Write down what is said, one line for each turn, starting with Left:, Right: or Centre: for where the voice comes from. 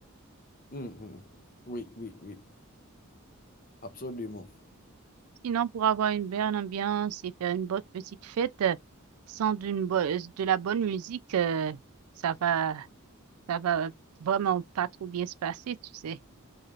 Left: Mhm. Oui, oui, oui. Absolument.
Right: Sinon, pour avoir une bonne ambiance et faire une bonne petite fête euh, sans d'une bo- euh, de la bonne musique, euh, ça va, ça va vraiment pas trop bien se passer, tu sais.